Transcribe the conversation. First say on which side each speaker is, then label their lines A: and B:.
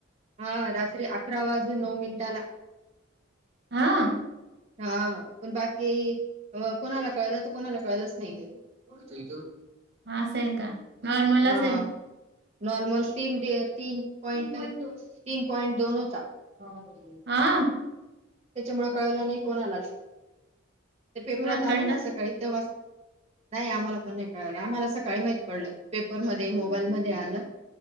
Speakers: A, on the right (about 30°); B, on the right (about 55°).
A: हां. रात्री अकरा वाजून नऊ मिनटाला.
B: हां?
A: हां. पण बाकी अ कोणाला कळलं त कोणाला कळलंच नाही ते. <unintelligible>
B: असंय का? नॉर्मल
A: हां,
B: असल?
A: नॉर्मल तीन ते तीन तीन पॉईंट तीन पॉईंट दोन होता. <unintelligible>
B: आं?
A: त्याच्यामुळं कळलं नाही कोणालाच. ते पेपरात
B: तुम्हाला कळलं
A: आलं ना सकाळी तेव्हाच. नाई आम्हाला पण नाई कळालं. आम्हाला सकाळी माहित पडलं. पेपरमध्ये मोबाईल मध्ये आलं.